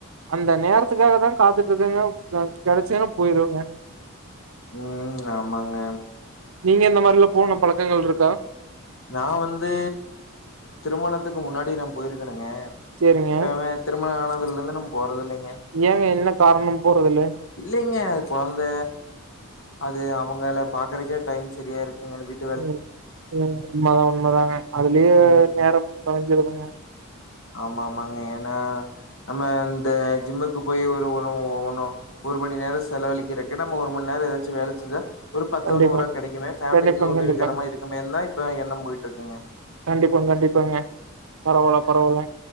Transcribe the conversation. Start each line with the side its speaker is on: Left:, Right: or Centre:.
Right: அந்த நேரத்துக்காக தா காத்துட்டு இருக்கங்க கெடச்சின்னா போயிருவேங்க
Left: ம் ஆமாங்க
Right: நீங்க இந்த மார்லா போன பழக்கங்கள் இருக்கா
Left: நா வந்து திருமணத்துக்கு முன்னாடி நா போயிருக்கனுங்க
Right: சேரிங்க
Left: இப்ப திருமண ஆனதுல இருந்து நாம் போறது இல்லைங்க
Right: ஏங்க என்ன காரணம் போறதுல
Left: இல்லங்க கொழந்த அது அவுங்கள பாக்குறக்கே டைம் சரியா இருக்குங்க வீட்
Right: ம் ம் உண்மதா உண்மதாங்க அதுலே
Left: ம்
Right: நேரம் தொலஞ்சிருதுங்க
Left: ஆமா ஆமாங்க ஏன்னா நம்ம இந்த ஜிம்முக்கு போய் ஒரு ஒன ஒன்னோ ஒரு மணி நேரோ செலவழிக்கறக்கு நம்ம ஒரு மண்நேரோ ஏதாச்சு வேல செஞ்சா ஒரு பத்தோ
Right: கண்டிப்பா
Left: நூரோ கெடைக்குமே ஃபேமிலிக்கு
Right: கண்டிப்பாங்க
Left: உதவிகரமா
Right: கண்டிப்பாங்க
Left: இருக்குமே தா இப்ப எண்ணம் போயிட்டு இருக்குங்க
Right: கண்டிப்பா கண்டிப்பாங்க பரவால பரவால